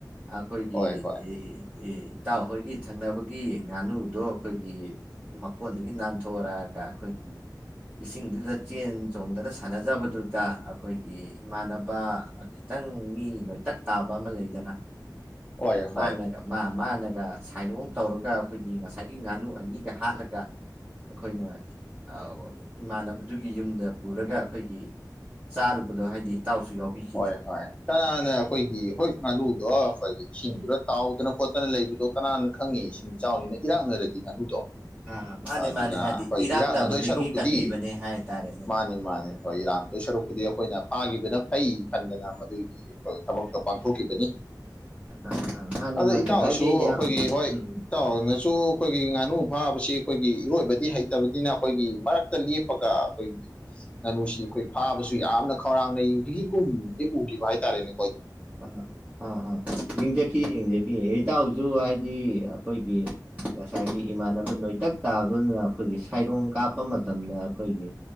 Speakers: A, on the right (about 15°); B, on the left (about 15°).
A: ꯑꯩꯈꯣꯏꯒꯤ
B: ꯍꯣꯏ ꯍꯣꯏ
A: ꯑꯦ ꯏꯇꯥꯎ ꯍꯍꯣꯏꯒꯤ ꯊꯪꯅꯕꯒꯤ ꯉꯥꯅꯨꯗꯣ ꯑꯩꯈꯣꯏꯒꯤ ꯃꯀꯣꯟꯗꯒꯤ ꯅꯥꯟꯊꯣꯛꯒ ꯈꯣꯏ
B: <inaudible>
A: ꯏꯁꯤꯡꯗꯨꯗ ꯆꯦꯟ ꯆꯣꯡꯗꯅ ꯁꯥꯟꯅꯖꯕꯗꯨꯗ ꯑꯩꯈꯣꯏꯒꯤ ꯏꯃꯥꯟꯅꯕ ꯈꯤꯇꯪ ꯃꯤ ꯂꯣꯏꯇꯛ ꯇꯥꯕ ꯑꯃ ꯂꯩꯗꯅ
B: ꯍꯣꯏ ꯍꯣꯏ
A: ꯃꯥꯅ ꯃꯥ ꯃꯥꯅꯒ ꯁꯥꯏꯗꯣꯝ ꯇꯧꯔꯒ ꯑꯩꯈꯣꯏꯒꯤ ꯉꯁꯥꯏꯒꯤ ꯉꯥꯅꯨ ꯑꯅꯤꯒ ꯍꯥꯠꯂꯒ ꯑꯩꯈꯣꯏꯅ ꯑꯧ ꯏꯃꯥꯟꯅꯕꯗꯨꯒꯤ ꯌꯨꯝꯗ ꯄꯨꯔꯒ ꯑꯩꯈꯣꯏꯒꯤ ꯆꯥꯔꯨꯕꯗꯣ ꯍꯥꯏꯗꯤ ꯏꯇꯥꯎꯁꯨ ꯌꯥꯎꯕꯤꯈꯤꯗꯅ
B: ꯍꯣꯏ ꯍꯣꯏ ꯀꯅꯥꯅꯦ ꯑꯩꯈꯣꯏꯒꯤ ꯍꯣꯏ ꯉꯥꯅꯨꯗꯣ ꯑꯩꯈꯣꯏꯒꯤ ꯏꯁꯤꯡꯗꯨꯗ ꯇꯥꯎꯗꯅ ꯈꯣꯠꯇꯅ ꯂꯩꯕꯗꯣ ꯀꯅꯥꯅ ꯈꯪꯉꯤ ꯏꯁꯤꯡ ꯆꯥꯎꯅꯤꯅ ꯏꯔꯥꯡꯅꯔꯗꯤ ꯉꯥꯅꯨꯗꯣ
A: ꯑꯥ ꯃꯥꯅꯦ
B: ꯑꯗꯨꯅ
A: ꯃꯥꯅꯦ ꯍꯥꯏꯗꯤ
B: ꯍꯣꯏ
A: ꯏꯔꯥꯛꯅꯕꯗꯒꯤ
B: ꯏꯔꯥꯛꯅꯗꯣꯏ ꯁꯔꯨꯛꯄꯨꯗꯤ
A: ꯀꯟꯕꯤꯕꯅꯦ ꯍꯥꯏꯇꯥꯔꯦꯅꯦ ꯎꯝ
B: ꯃꯥꯅꯤ ꯃꯥꯅꯤ ꯍꯣꯏ ꯏꯔꯥꯛ ꯗ ꯁꯔꯨꯛꯄꯨꯗꯤ ꯑꯩꯈꯣꯏꯅ ꯐꯥꯈꯤꯕꯅ ꯐꯩ ꯈꯟꯗꯅ ꯃꯗꯨꯒꯤ ꯊꯕꯛꯇꯣ ꯄꯥꯡꯊꯣꯛꯈꯤꯕꯅꯤ
A: ꯑꯥ ꯑꯥ ꯃꯥꯅꯤ
B: ꯑꯗ
A: ꯃꯥꯅꯤ
B: ꯏꯇꯥꯎꯁꯨ
A: ꯍꯥꯏꯗꯤ ꯌꯥꯝ
B: ꯑꯩꯈꯣꯏꯒꯤ ꯍꯣꯏ
A: ꯎꯝ ꯎꯝ
B: ꯏꯇꯥꯎꯅꯁꯨ ꯑꯩꯈꯣꯏꯒꯤ ꯉꯥꯅꯨ ꯐꯥꯕꯁꯤ ꯑꯩꯈꯣꯏꯒꯤ ꯏꯔꯣꯏꯕꯗꯤ ꯍꯩꯇꯕꯅꯤꯅ ꯑꯩꯈꯣꯏꯒꯤ ꯃꯔꯛꯇ ꯂꯦꯞꯄꯒ ꯑꯩꯈꯣꯏꯒꯤ ꯉꯥꯅꯨꯁꯤ ꯑꯩꯈꯣꯏ ꯐꯥꯕꯁꯨ ꯌꯥꯝꯅ ꯈꯧꯔꯥꯡꯅ ꯌꯦꯡꯒꯤꯒꯨꯝꯗꯤ ꯎꯈꯤꯕ ꯍꯥꯏꯇꯥꯔꯦꯅꯦ
A: ꯑ ꯑꯥ ꯑ ꯏꯪꯖꯀꯤ ꯏꯖ ꯏꯇꯥꯎꯁꯨ ꯍꯥꯏꯗꯤ ꯑꯩꯈꯣꯏꯒꯤ ꯉꯁꯥꯏꯒꯤ ꯏꯃꯥꯟꯅꯕ ꯅꯣꯏꯇꯛ ꯇꯥꯕꯗꯨꯅ ꯑꯩꯈꯣꯏꯒꯤ ꯁꯩꯔꯣꯡ ꯀꯥꯞꯄ ꯃꯇꯝꯗ ꯑꯩꯈꯣꯏꯒꯤ